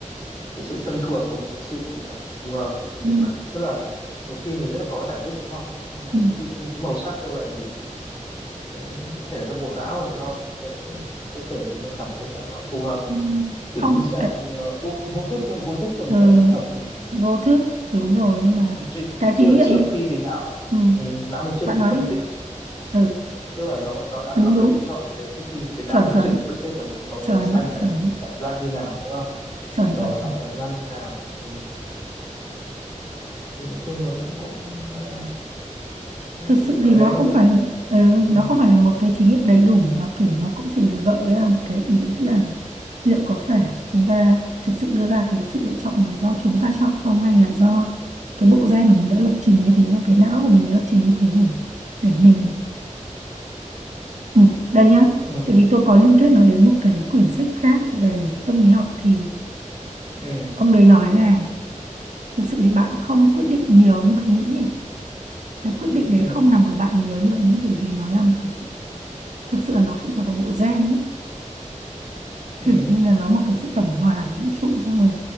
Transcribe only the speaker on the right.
Ừ,
ừ,
ừ.
không
cái,
ờ,
vô thức đúng rồi
nhưng mà
cái
thí nghiệm
đi
ừ,
bạn
nói
đi
ừ,
đúng
đúng
chuẩn
chuẩn
chuẩn
chuẩn
chuẩn
chuẩn chuẩn
thực
sự
thì nó
không
phải
là- ừ,
nó không phải là một cái thí nghiệm đầy đủ mà kiểu nó cũng chỉ là gợi ra một cái ý là liệu có phải chúng ta thực sự đưa ra cái sự lựa chọn là do chúng ta chọn không hay là do cái bộ gen của mình đã lập trình như thế và cái não của mình đã lập trình như thế để để mình Ừ, đây nhá,
tại vì tôi có liên kết nó đến một cái quyển sách khác về tâm lý học thì
ông đấy nói là thực sự thì bạn không quyết định nhiều như bạn nghĩ. ấy. Cái quyết định đấy
không nằm ở bạn nhiều như bạn nghĩ bởi vì nó là một cái sự, thực sự là nó phụ thuộc vào bộ gen ấy.
Kiểu như là nó một cái sự tổng hòa của vũ trụ xong rồi